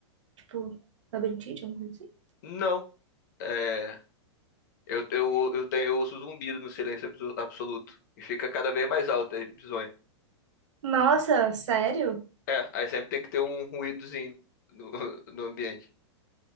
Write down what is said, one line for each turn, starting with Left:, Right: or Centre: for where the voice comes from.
Right: Tipo, labirintite, alguma coisa assim?
Left: Não, é, eu, eu, eu, tenho, eu ouço zumbido no silêncio abso- absoluto. E fica cada vez mais alto, é bizonho.
Right: Nossa, sério?
Left: É, aí sempre tem que ter um ruídozinho no, <laughs> no ambiente.